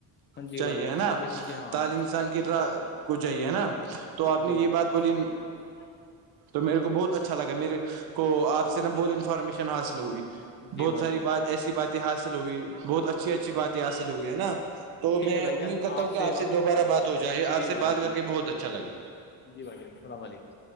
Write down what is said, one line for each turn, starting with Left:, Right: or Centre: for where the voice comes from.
Left: ہاں جی
Right: چاہیے
Left: بھائی جان
Right: ہے نا
Left: یہ چیزیں ہاں
Right: تعلیم انسان کرا کوچ جاہے ہے نا تو آپ نے
Left: جی
Right: یہ
Left: بھائی جان
Right: بات بولی
Left: <unintelligible>
Right: تو میرے کو بہت اچھا لگا میرے کو آپ سے نا بہت انفارمیشن حاصل ہوئی
Left: جی
Right: بہت
Left: بھائی
Right: ساری
Left: جان
Right: بات ایسی باتیں حاصل ہوئی بہت اچھی اچھی باتیں
Left: جی
Right: حاصل ہوئی ہے نا تو
Left: ٹھیک
Right: میں
Left: ہے بھائی
Right: امید
Left: جان
Right: کرتا ہوں کہ آپ
Left: بات
Right: سے دوبارہ بات ہو جائے
Left: جی
Right: آپ سے
Left: بھائی
Right: بات
Left: جان
Right: کر کے بہت اچھا لگا
Left: جی وعیکم السلام علیکم